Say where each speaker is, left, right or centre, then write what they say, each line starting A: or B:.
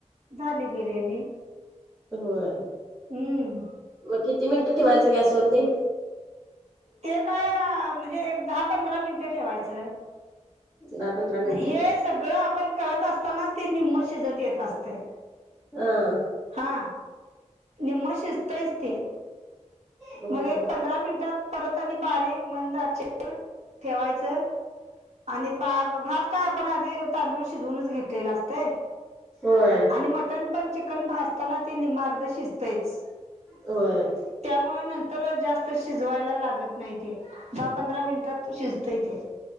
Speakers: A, on the right; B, on the right.
A: झाली बिर्याणी.
B: होय!
A: हम्म
B: मग किती मिनिटं ठेवायचं गॅसवर ते?
A: ते काय म्हणजे, एक दहा- पंधरा मिनिटं ठेवायचं.
B: दहा- पंधरा
A: मग
B: मिनिटं
A: हे सगळं आपण करत असतानाच ते निम्म शिजत येत असतय.
B: <unintelligible>
A: हा! निम्म शिजतंय ते.
B: होय
A: मग एक पंधरा मिनिटात परत आणि बारीक मंद आचे वर ठेवायचं. आणि बा भात काय आपण आधी तांदूळ शिजवूनच घेतलेला असतय.
B: होय
A: आणि मटन पण चिकन भाजताना ते निम्म अर्ध शिजतेयच.
B: होय!
A: मग नंतर जास्त शिजवायला लागत नाही ते. दहा- पंधरा मिनिटात शिजतय ते.